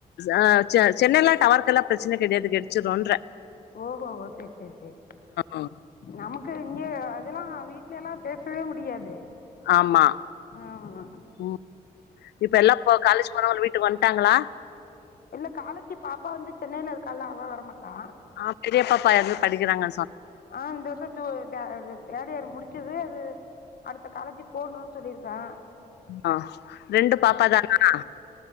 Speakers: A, on the left; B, on the left.
A: ஆஹ் செ சென்னல்ல டவர்கெல்லாம் பிரச்சன கிடையாது கடைச்சுருன்ற
B: ஓஹோ ஓ சரி சரி சரி
A: ஆ
B: நமக் கு இங்கே அதெல்லாம் வீட்ல எல்லாம் பேசவே முடியாது
A: ஆமா
B: ஆமா
A: உம் இப்ப எல்லாம் போ காலேஜ் போன டனே வீட்டுக்கு வன் விட்டாங்களா
B: இல்ல காலஜ் பாப்பா வந்து சென்னையில இருக்கால அவ வரமாட்டா
A: ஆஹ் பெரியப்பாப்பா யாரன படிக்கிறாங்க
B: ஆஹ் இந்த வருஷம் ட்டு டர் ரு தேடியிர் முடிச்சது அது அடுத்த காலேஜி போணும்னு சொல்லியிருக்கா
A: ஆஹ ரெண்டு பாப்பாதானா